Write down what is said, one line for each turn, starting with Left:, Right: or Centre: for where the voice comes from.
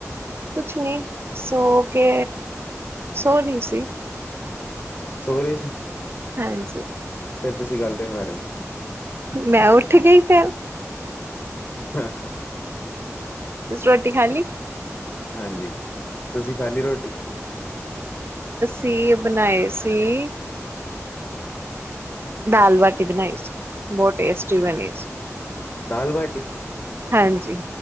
Right: ਕੁਛ ਨੀ ਸੋ ਕੇ ਸੋਰੀ ਸੀ
Left: ਸੋ ਰਹੇ ਸੀ
Right: ਹਾਂਜੀ
Left: ਫੇਰ ਤੁਸੀਂ <unintelligible>
Right: ਮੈਂ ਉੱਠ ਗਈ ਫੇਰ
Left: ਹਹ
Right: ਤੁਸੀਂ ਰੋਟੀ ਖਾਲੀ
Left: ਹਾਂਜੀ ਤੁਸੀਂ ਖਾ ਲਈ ਰੋਟੀ
Right: ਸੀ ਬਣਾਏ ਸੀ ਦਾਲ ਬਾਟੀ ਬਣਾਈ ਸੀ ਬਹੁਤ ਟੇਸਟੀ ਬਣੀ ਸੀ
Left: ਦਾਲ ਬਾਟੀ
Right: ਹਾਂਜੀ